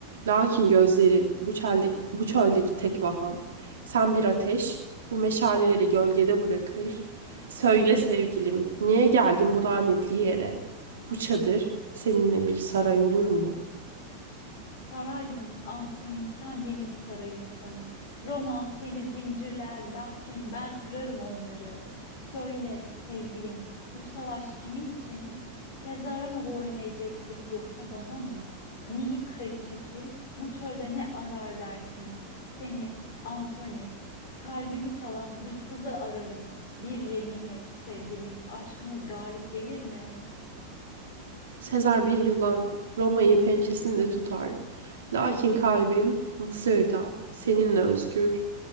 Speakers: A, on the right; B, on the left.
A: Lakin gözlerin bu çeldeki, bu çöldeki tek vaham. Sen bir ateş, bu meşaleleri gölgede bırakır. Söyle sevgilim, niye geldin bu lanetli yere? Bu çadır seninle bir saray olur mu?
B: Saray mı? Antoni sen benim sarayımsın. Roma seni zincirler lakin ben kırarım onları. Söyle sevgilim bu savaş kimin için? Sezar'a mı boyun eğeceksin yoksa bana mı? Nil'in kraliçesi bu çölde ne arar dersin? Seni Antoni kalbimi çalan hırsızı ararım. Bir yemin et sevgilim aşkımız galip gelir mi?
A: Sezar bir yılan, Roma'yı pençesinde tutar. Lakin kalbim Mısır'da, seninle özgür.